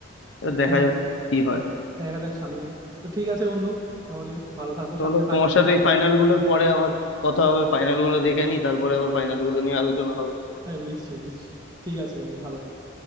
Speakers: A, on the left; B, on the right.
A: তো দেখা
B: হ্যাঁ
A: যাক
B: হ্যাঁ
A: কি হয়
B: দেখা যাক সামনে তো ঠিক আছে বন্ধু তাহলে ভালো থাকো
A: চলো
B: সামনে ফাইনাল
A: তোমার সাথে
B: আসছে
A: এই ফাইনাল গুলোর পরে আবার কথা হবে ফাইনাল গুলো দেখে নি তারপরে আবার ফাইনাল গুলো নিয়ে আলোচনা হবে
B: হ্যাঁ নিশ্চয়ই নিশ্চয়ই ঠিক আছে বন্ধু ভালো থাকো